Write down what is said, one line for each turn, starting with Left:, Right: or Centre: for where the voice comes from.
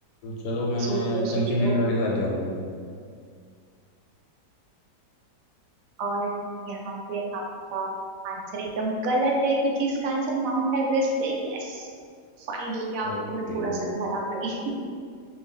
Left: चलो मैं
Right: सोच लो
Left: कंचनजंगा
Right: सोच लो
Left: के साथ जाऊंगा
Right: और यहाँ पे आपका आंसर एकदम गलत है क्योंकि इसका आंसर माउंट एवरेस्ट है यस फाइनली आपको
Left: ओके
Right: मैं थोड़ा सा तो हरा पाई <laughs>